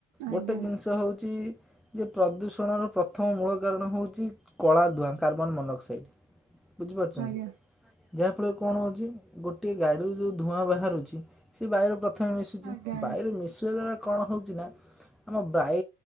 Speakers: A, on the right; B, in the centre.
A: ଆଜ୍ଞା
B: ଗୋଟେ ଜିନିଷ ହଉଛି ଯେ ପ୍ରଦୂଷଣର ପ୍ରଥମ ମୂଳ କାରଣ ହଉଛି କଳା ଧୁଆଁ କାର୍ବନ ମନୋକ୍ସାଇଡ଼ ବୁଝିପାରୁଛନ୍ତି
A: ଆଜ୍ଞା
B: ଯାହାଫଳରେ କଣ ହଉଛି ଗୋଟେ ଗୋଟିଏ ଗାଡିରୁ ଯୋଉ ଧୂଆଁ ବାହାରୁଛି ସେ ବାୟୁର ପ୍ର ପ୍ରଥମେ ମିଶୁଛି
A: ଆଜ୍ଞା
B: ବାୟୁରେ ମିଶିବା ଦ୍ଵାରା କଣ ହଉଛି ନା ଆମ ବାୟ